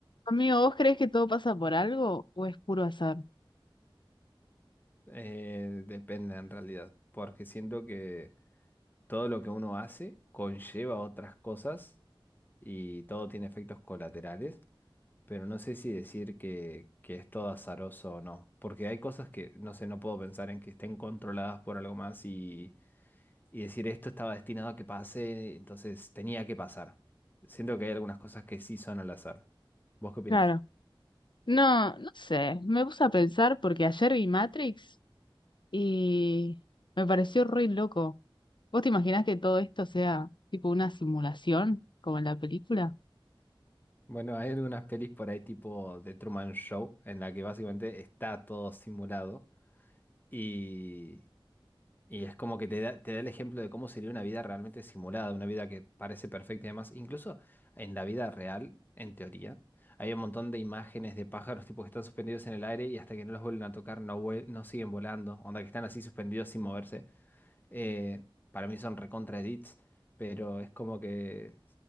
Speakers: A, on the left; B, on the left.
A: Amigo, ¿vos crees que todo pasa por algo o es puro azar?
B: Eh, depende en realidad, porque siento que todo lo que uno hace conlleva otras cosas y todo tiene efectos colaterales, pero no sé si decir que, que es todo azaroso o no, porque hay cosas que, no sé, no puedo pensar en que estén controladas por algo más y, y decir esto estaba destinado a que pase, entonces tenía que pasar. Siento que hay algunas cosas que sí son al azar. ¿Vos qué opinás?
A: Claro. No, no sé. Me puse a pensar porque ayer vi Matrix y me pareció re loco. ¿Vos te imaginás que todo esto sea tipo una simulación como en la película?
B: Bueno, hay algunas pelis por ahí tipo The Truman Show, en la que básicamente está todo simulado y, y es como que te da, te da el ejemplo de cómo sería una vida realmente simulada, una vida que parece perfecta y demás. Incluso en la vida real, en teoría, hay un montón de imágenes de pájaros tipo que están suspendidos en el aire y hasta que no los vuelven a tocar no, vuel- no siguen volando, onda que están así suspendidos sin moverse. Eh, para mí son recontra edits, pero es como que